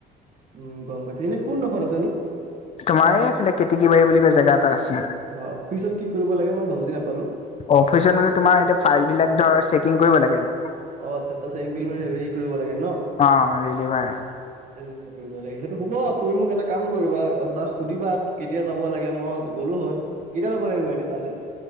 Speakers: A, on the right; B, on the left.
A: উম গম পাইছো এনে কোনডোখৰত আছে নো
B: তোমাৰ এইফালে কেতিকী বাৰী বুলি কয় জেগা এটা আছে।
A: অ পিছত কি কৰিব লাগে মই বুজি নাপালোঁ।
B: অফিচত মানে তোমাৰ এতিয়া ফাইল বিলাক ধৰ চেকিং কৰিব লাগে।
A: অ আচ্ছ আচ্ছা <unintelligible> কৰিব লাগে নহ।
B: অ। <unintelligible>
A: <unintelligible> সেইটো হব তুমি মোক এটা কাম কৰিবা তাক সুধিবা। কেতিয়া যাব লাগে মই গ'লো হয় কেতিয়া যাব লাগিব এনে তালৈ।